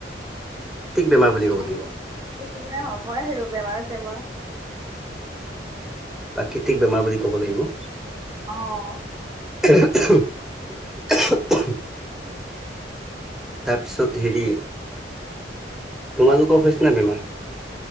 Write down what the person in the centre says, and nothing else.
বেমাৰ
বুলি
ক'ব লাগিব
প্ৰাকৃতিক বেমাৰ বুলি ক'ব লাগিব।
ক <unintelligible> তাৰপিছত হেৰি তোমালোকৰ হৈছে নে বেমাৰ?